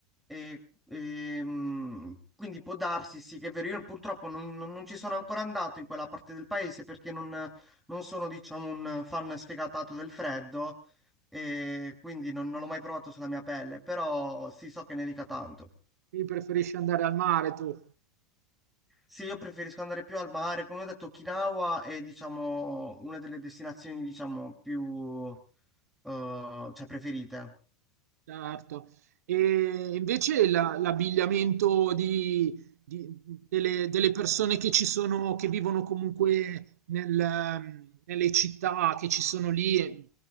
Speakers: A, in the centre; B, on the right.
A: E, ehm, quindi può darsi, sì, che è vero. Io purtroppo non, non- non ci sono ancora andato in quella parte del paese perché non, non sono, diciamo, un fan sfegatato del freddo e quindi non, non l'ho mai provato sulla mia pelle, però sì, so che nevica tanto.
B: Quindi preferisci andare al mare tu?
A: Sì, io preferisco andare più al mare. Come ho detto, Okinawa è, diciamo, una delle destinazioni, diciamo, più, eh, cioè, preferite.
B: Certo. E invece la- l'abbigliamento di- di- delle, delle persone che ci sono, che vivono comunque nel, ehm, nelle città che ci sono lì, e